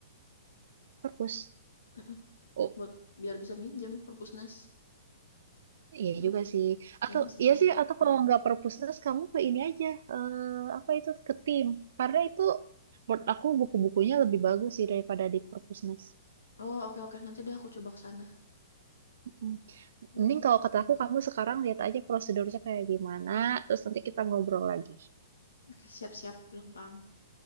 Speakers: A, on the right (about 65°); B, on the left (about 85°).
A: Perpus.
B: Mhm,
A: Oh,
B: buat biar bisa minjem perpusnas.
A: iya
B: Cuman
A: juga sih.
B: kayaknya
A: Atau
B: susah
A: iya sih
B: ya.
A: atau
B: Mhm.
A: kalau nggak perpusnas kamu ke ini aja eh, apa itu ke tim. Karena itu menurut aku buku-bukunya lebih bagus sih daripada di perpusnas.
B: Oh, oke oke, nanti deh aku coba kesana sana.
A: Mm.
B: Oke. Okay.
A: Mending kalau kata aku kamu sekarang lihat aja prosedurnya kayak gimana, terus nanti kita ngobrol lagi.
B: Oke, siap-siap gampang.